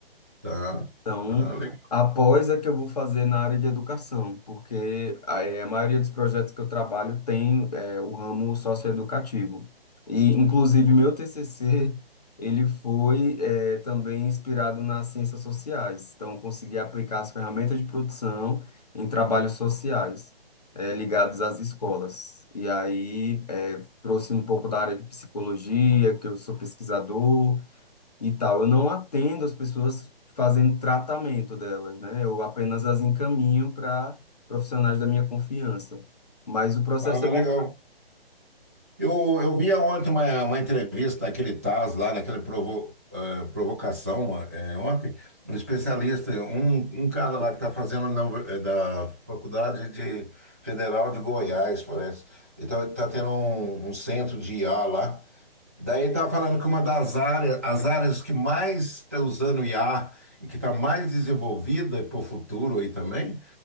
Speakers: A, on the right; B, on the left.
A: Tá.
B: Então,
A: Ah, legal.
B: após é que eu vou fazer na área de educação, porque a, a maioria dos projetos que eu trabalho tem é, o ramo socioeducativo. E, inclusive, meu TCC, ele foi é, também inspirado nas ciências sociais. Então, eu consegui aplicar as ferramentas de produção em trabalhos sociais é, ligados às escolas. E aí, é, trouxe um pouco da área de psicologia, que eu sou pesquisador, e tal. Eu não atendo as pessoas fazendo tratamento delas, né? Eu apenas as encaminho para profissionais da minha confiança. Mas o processo
A: Ah, legal.
B: é bem
A: Eu, eu via ontem uma, uma entrevista naquele Taz, lá naquela provo- eh, provocação, eh, ontem, um especialista, um, um cara lá que está fazendo na, Uni- eh, da Faculdade de, Federal de Goiás, parece. Então, ele está tendo um, um centro de IA lá. Daí está falando que uma das áreas, as áreas que mais está usando IA e que está mais desenvolvida para o futuro aí também,